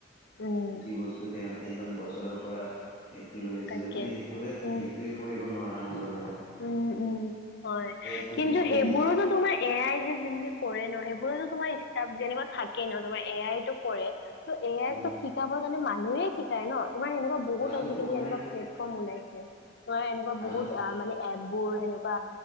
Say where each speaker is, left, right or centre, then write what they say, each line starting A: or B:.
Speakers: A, on the left; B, on the left.
A: উম
B: যি বস্তুত সিহঁতে ইমান বছৰৰ পৰা। সেইটো লৈ আছিলে
A: তাকে
B: মানে সেইটোৱে সেইটোৱে
A: উম
B: সেইটোৱে কৰিব নোৱাৰা হল বোলে
A: উম' উম' হয়,
B: ফ্ৰীত
A: কিন্তু
B: কৰি
A: সেইবোৰতো
B: দিয়ে
A: তোমাৰ এ আই যে যোনটো কৰে ন, সেইবোৰতো তোমাৰ ষ্টাফ যেনেকুৱা থাকেই ন, তোমাৰ এ আই তো পৰে। ত' এ আই
B: উম,
A: ক ত' শিকাবৰ কাৰণে মানুহে শিকায় ন' তোমাৰ এনেকুৱা বহুত
B: আগতে
A: আজিকালি
B: অলৰেডি
A: এনেকুৱা প্লেট ফ্ৰম ওলাইছে, ধৰা এনেকুৱা বহুত
B: আগত
A: আ মানে এপবোৰ সেনেকুৱা,